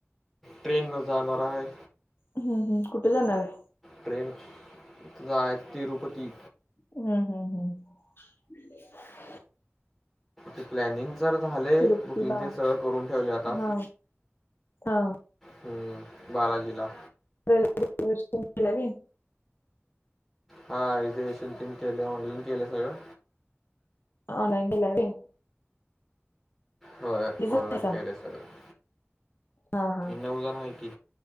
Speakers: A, in the centre; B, on the left.
A: ट्रेन न जाणार हाय.
B: हम हम, कुठ जाणार हाय?
A: ट्रेन जायचं तिरुपती.
B: हम्म हम्म हम्
A: ते प्लॅनिंग जर झालंय
B: तिरुपती
A: बुकिंग
B: बा
A: तेन सगळं करून ठेवलय आता
B: हा हा
A: हम बालाजीला,
B: रेल्वे <unintelligible>
A: हा रिजर्वेशन तेन केले ऑनलाईन केलं सगळं,
B: ऑनलाईन केलाय होय?
A: होय
B: जण
A: ऑनलाईन
B: आहेसा
A: केलय सगळं
B: हा हा
A: नऊ जण हाय की,